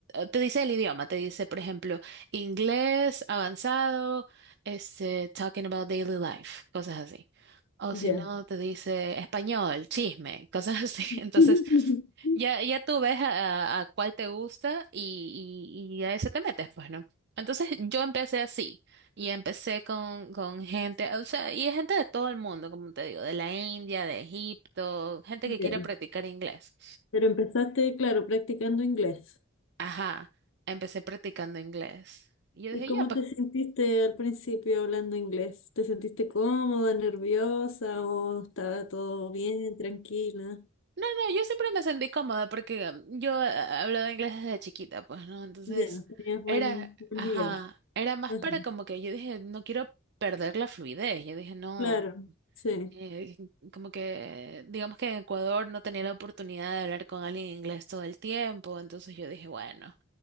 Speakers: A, on the right (about 55°); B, on the left (about 65°).
A: te dice el idioma, te dice, por ejemplo, inglés avanzado, este, talking about daily life, cosas así. O
B: ya.
A: si no, te dice español, chisme, cosas así. <laughs>
B: <laughs>
A: Entonces, ya, ya tú ves a, a cuál te gusta y, y, y a ese te metes, pues, ¿no? Entonces yo empecé así y empecé con, con gente, o sea, y es gente de todo el mundo, como te digo, de la India, de Egipto, gente que
B: Ya.
A: quiere practicar inglés.
B: Pero empezaste, claro, practicando inglés.
A: Ajá, empecé practicando inglés. Y yo
B: ¿Y
A: dije,
B: cómo
A: ya, pues,
B: te sentiste al principio hablando inglés? ¿Te sentiste cómoda, nerviosa o estaba todo bien, tranquila?
A: no yo siempre me sentí cómoda porque um, yo eh, hablaba inglés desde chiquita, pues, ¿no? Entonces,
B: Ya, tenías buen,
A: era,
B: buen
A: ajá,
B: nivel.
A: era más
B: Ajá,
A: para como que yo dije, no quiero perder la fluidez. Yo dije, no,
B: Claro, sí.
A: eh, como que, digamos que en Ecuador no tenía la oportunidad de hablar con alguien en inglés todo el tiempo, entonces yo dije, bueno,